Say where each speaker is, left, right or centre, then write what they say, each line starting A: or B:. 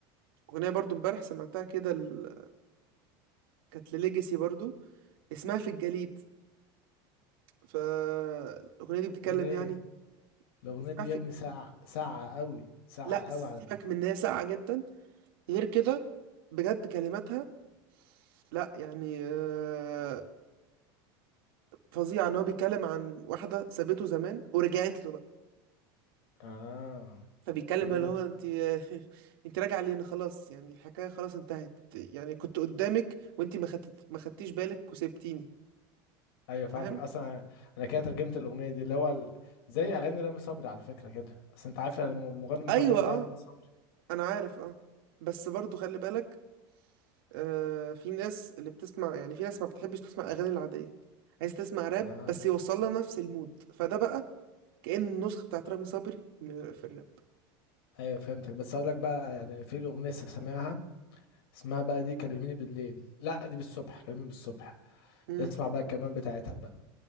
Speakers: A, on the right; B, on the left.
A: اغنيه برضو امبارح سمعتها كده ال... كانت لليجاسي برضو اسمها في الجليد فالاغنيه دي بتتكلم
B: اغنيه
A: يعني
B: الاغنيه
A: اسمها
B: دي
A: في
B: يا ابني
A: الج...
B: ساعه ساعه قوي ساعه
A: لا سيبك
B: قوي على
A: من ان هي ساقعه جدا غير كده بجد كلماتها لا يعني آه، فظيعه ان هو بيتكلم عن واحده سابته زمان ورجعت له
B: اه
A: فبيتكلم
B: طب
A: اللي
B: ايه ده
A: هو انت <laughs> انت راجع لين خلاص يعني الحكايه خلاص انتهت يعني كنت قدامك وانت ما خدت ما خدتيش بالك وسبتيني
B: ايوه فاهمك
A: فاهم
B: اصلا انا كده ترجمت الاغنيه دي اللي هو ال... زي اغاني رامي صبري على فكره كده اصل انت عارف أنا الم- المغني المفضل
A: ايوه
B: بتاعي
A: اه
B: رامي صبري
A: انا عارف اه بس برضو خلي بالك آه في ناس اللي بتسمع يعني في ناس ما بتحبش تسمع الاغاني العاديه عايز تسمع راب
B: اه
A: بس يوصل لها نفس المود فده بقى كأن النسخه بتاعت رامي صبري م- في الراب
B: ايوه فهمتك بس اقول لك بقى يعني في الاغنيه لسه سامعها اسمها بقى دي كلميني بالليل لا دي بالصبح كلميني بالصبح
A: امم
B: اسمع بقى الكلمات بتاعتها بقى